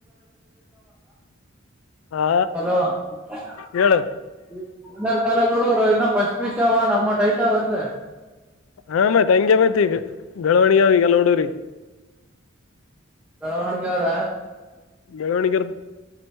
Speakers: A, on the left; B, in the centre.
A: ಹಾ
B: ಹಲೋ <unintelligible>
A: ಹೇಳ
B: ಇನ್ನ ಫಸ್ಟ್ ಪಿ ಯು ಸಿ ಅವ ನಮ್ಮ ಟೈಟಾ ಒಂದ
A: ಹಾ ಮತ್ ಹಂಗೆ ಮತ್ ಬೆಳವಣಿಗೆ ಈಗ ಲೋಡೋರಿ
B: ಮೆರವಣಿಗೆ ಅದ್ರ
A: ಮೆರವಣಿಗೆ